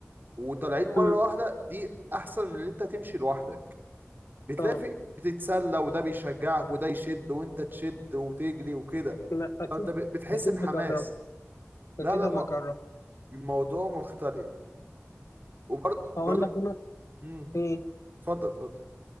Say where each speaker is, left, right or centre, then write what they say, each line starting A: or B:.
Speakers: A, on the right; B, on the left.
A: وطالعين مرة
B: مم.
A: واحدة دي احسن من اللي انت تمشي لوحدك بتلاقي
B: اه
A: في بتتسلى وده بيشجعك وده يشد وانت تشد وتجري وكده
B: لا اكيد
A: انت ب- بتحس
B: اكيد
A: بحماس
B: هجرب
A: لا
B: اكيد
A: لا الم-
B: هبقى اجرب
A: الموضوع مختلف وبرضه برضه
B: هقول لك انا
A: امم
B: ايه
A: اتفضل اتفضل